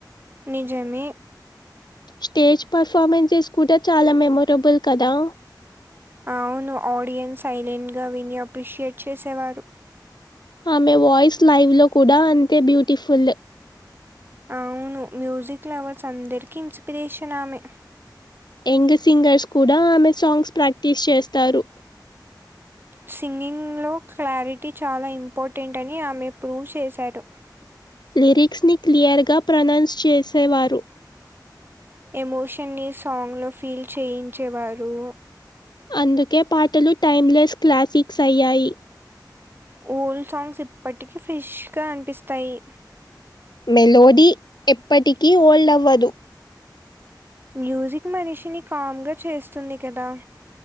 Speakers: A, on the right; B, on the left.
A: నిజమే
B: స్టేజ్ పెర్ఫార్మెన్స్ కూడా చాలా మెమొరబుల్ కదా
A: అవును ఆడియన్స్ సైలెంగా విని అప్రిషేట్ చేసేవారు
B: ఆమె వాయిస్ లైవ్ లో కూడా అంతే బ్యూటిఫుల్
A: అవును మ్యూజిక్ లవర్స్ అందరికి ఇన్స్పిరేషన్ ఆమె
B: యంగ్ సింగర్స్ కూడా ఆమె సాంగ్స్ ప్రాక్టిక్స్ చేస్తారు
A: సింగింగ్ లో క్లారిటీ చాలా ఇంపార్టెంట్ అని ఆమె ప్రూఫ్ చేశాడు
B: లిరిక్స్ ని క్లియర్ గా ప్రొనౌన్స్ చేసేవారు
A: ఎమోషన్ ని సాంగ్ లో ఫీల్ చేయించేవారు
B: అందుకే పాటలు టైమ్లెస్ క్లాసిక్స్ అయ్యాయి
A: ఓల్డ్ సాంగ్స్ ఇప్పటికీ ఫ్రెష్గా అనిపిస్తాయి
B: ఎల్లోది ఎప్పటికి ఓల్డ్ అవ్వదు
A: మ్యూజిక్ మనిషిని కామ్ గా చేస్తుంది కదా